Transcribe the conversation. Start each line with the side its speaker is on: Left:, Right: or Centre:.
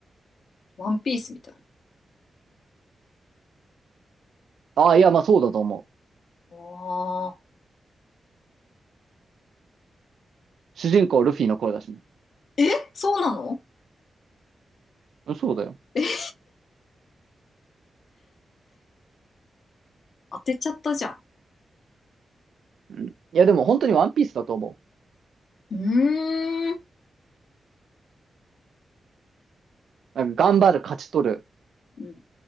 Left: ワンピースみたいな。
Right: ああ、いや、まあそうだと思
Left: ああ。
Right: う。主人公ルフィの声だしね。
Left: え、そうなの
Right: うんそうだよ。
Left: え、当てちゃったじゃん。
Right: うん。いや、でも本当にワンピースだと思
Left: うーん。
Right: う。なんか頑張る、勝ち取る、
Left: うん。